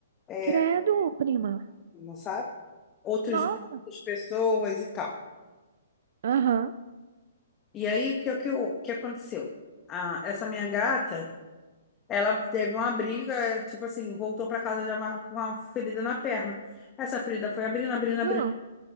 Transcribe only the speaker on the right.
credo, prima.
Nossa,
aham.
Sim.
Hã?